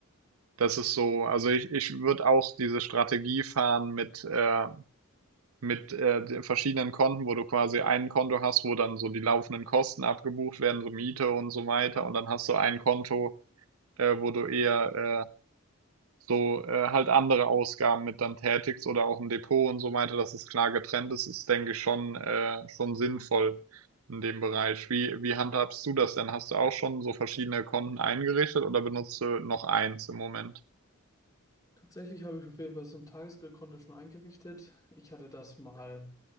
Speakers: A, on the right; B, on the left.
A: das ist so, also ich, ich würde auch diese Strategie fahren mit äh, mit, äh, den verschiedenen Konten, wo du quasi ein Konto hast, wo dann so die laufenden Kosten abgebucht werden, so Miete und so weiter. Und dann hast du ein Konto, äh, wo du eher äh, so äh, halt andere Ausgaben mit dann tätigst oder auch ein Depot und so weiter, dass es klar getrennt ist, ist, denke ich, schon, äh, schon sinnvoll in dem Bereich. Wie, wie handhabst du das denn? Hast du auch schon so verschiedene Konten eingerichtet oder benutzt du noch eins im Moment?
B: Tatsächlich habe ich auf jeden Fall so ein Tagesgeldkonto schon eingerichtet. Ich hatte das mal